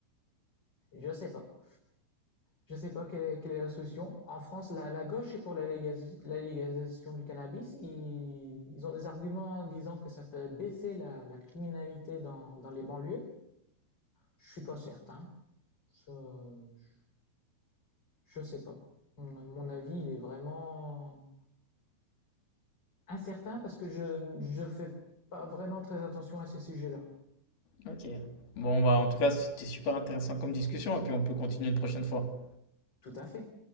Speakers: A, on the left; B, on the left.
A: Je sais pas. Je sais pas quelle est, quelle est la solution. En France, la, la gauche est pour la, légalis- la légalisation du cannabis. Ils, ils ont des arguments disant que ça fait baisser la, la criminalité dans, dans les banlieues. Je suis pas certain. Ça, je, je sais pas. Mon mon avis, il est vraiment Incertain parce que je ne fais pas vraiment très attention à ces sujets-là.
B: Ok. Bon, bah, en tout cas, c'était super intéressant comme discussion, et puis on peut continuer une prochaine fois.
A: Tout à fait.